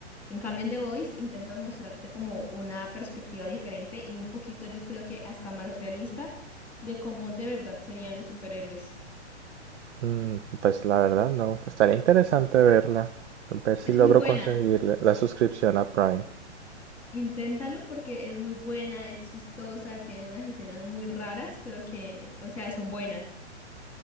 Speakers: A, in the centre; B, on the right.
A: En cambio, en The Voice intentan mostrarte como una perspectiva diferente y un poquito, yo creo que hasta más realista, de cómo de verdad serían los superhéroes.
B: Mm, pues la verdad no. Estaría interesante verla. Ver si
A: Es
B: logro
A: muy buena,
B: conseguir la la suscripción a Prime.
A: inténtalo porque es muy buena, es chistosa, tiene unas escenas muy raras, pero que, o sea, son buenas.